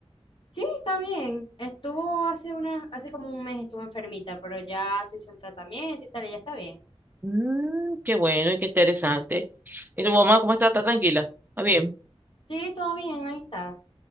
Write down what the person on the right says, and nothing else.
Mm, qué bueno y qué interesante. ¿Y tu mamá cómo está? ¿Está tranquila? ¿Está bien?